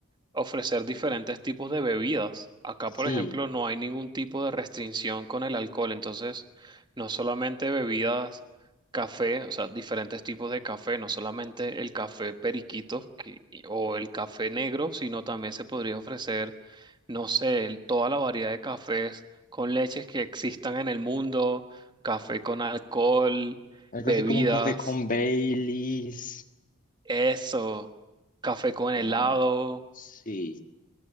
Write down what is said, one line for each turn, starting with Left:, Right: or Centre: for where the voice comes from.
Right: ofrecer diferentes tipos de bebidas. Acá,
Left: Sí,
Right: por ejemplo, no hay ningún tipo de restricción con el alcohol, entonces no solamente bebidas, café, o sea, diferentes tipos de café, no solamente el café periquito que- y- o el café negro, sino también se podría ofrecer, no sé, el- toda la variedad de cafés con leches que existan en el mundo, café con alcohol,
Left: algo
Right: bebidas,
Left: así como un café con Baileys.
Right: eso, café con
Left: o-
Right: helado.
Left: sí,